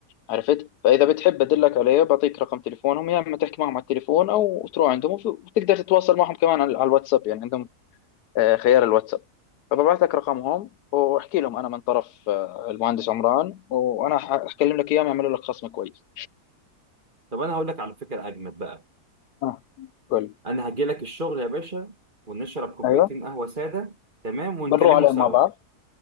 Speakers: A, on the left; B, on the right.
A: عرفت فاذا بتحب ادلك عليه بعطيك رقم تليفونهم يا اما تحكي معهم على التليفون او تروح عندهم وفي- وتقدر تتواصل معهم كمان على على الواتساب يعني عندهم آه، خيار الواتساب فببعث لك رقمهم واحكي لهم انا من طرف آه، المهندس عمران وانا ح- حكلم لك اياهم يعملوا لك خصم كويس
B: طب انا هقول لك على فكره اجمد بقى
A: اه قول
B: انا هجي لك الشغل يا باشا ونشرب كوبايتين
A: ايوه
B: قهوه ساده تمام ونكلمه
A: بنروح عليهم
B: سوا
A: مع بعض